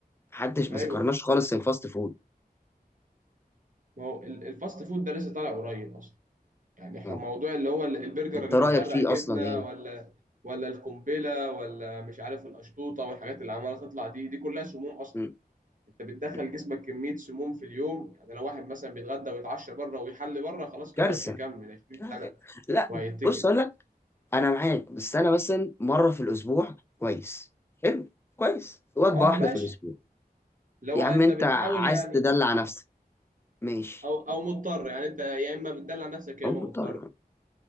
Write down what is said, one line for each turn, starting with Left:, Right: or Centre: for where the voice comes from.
Left: محدش ما
Right: ايوه
Left: ذكرناش خالص الفاست فود
Right: ما هو ال- الفاست فود ده لسه طالع قريب اصلا يعني ح-
Left: اه.
Right: موضوع اللي هو ال- البرجر
Left: انت
Right: اللي
Left: رايك
Right: متغرق
Left: فيه
Right: جبنه
Left: اصلا ايه؟
Right: ولا ولا القنبله ولا مش عارف القشطوطه والحاجات اللي عماله تطلع دي دي كلها سموم اصلا
Left: م.
Right: انت بتدخل
Left: م-
Right: جسمك كميه سموم في اليوم يعني لو واحد مثلا بيتغدى ويتعشى بره ويحل بره خلاص كده
Left: كارثه
Right: مش هيكمل 20
Left: لا
Right: سنه
Left: بجد. لا،
Right: وهيتكل
Left: بص اقول لك انا معاك بس انا مثلا مره في الاسبوع كويس حلو كويس وجبه
Right: اه
Left: واحده
Right: ماشي
Left: في الاسبوع
Right: اللي هو
Left: يا عم
Right: انت
Left: انت
Right: بتحاول
Left: عايز
Right: يعني
Left: تدلع نفسك ماشي
Right: او او مضطر يعني انت يا اما بتدلع نفسك يا
Left: او
Right: اما
Left: مضطر
Right: مضطر